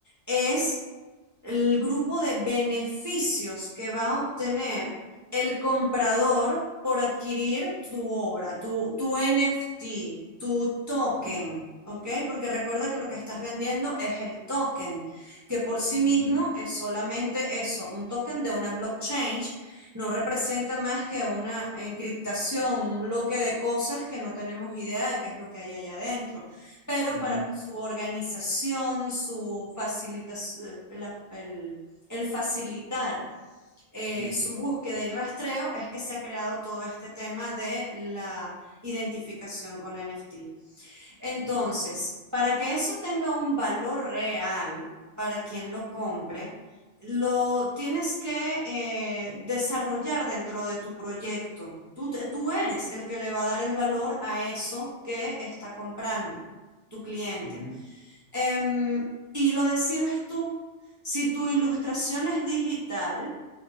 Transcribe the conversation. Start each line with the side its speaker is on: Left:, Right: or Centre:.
Right: es el grupo de beneficios que va a obtener el comprador por adquirir tu obra, tu, tu NFT, tu token,
Left: ujú,
Right: ¿ok? Porque recuerda que lo
Left: ok.
Right: que estás vendiendo es el token, que por sí
Left: Ujú,
Right: mismo es solamente eso, un token de una blockchain no representa más que una encriptación, un bloque de cosas que no tenemos idea de qué es lo que hay allá adentro pero
Left: ujú,
Right: para su organización, su facilitación, el, el, facilitar eh,
Left: ujú,
Right: su búsqueda y rastreo es que se ha creado todo este tema de la identificación con NFT. Entonces,
Left: No, ok.
Right: para que eso tenga un valor real para quien lo compre, lo tienes que eh, desarrollar dentro de tu proyecto. Tú, te- tú eres el que le va a dar el valor a eso que está comprando tu cliente.
Left: Ujú.
Right: Em, y lo decides tú. Si tu ilustración es digital,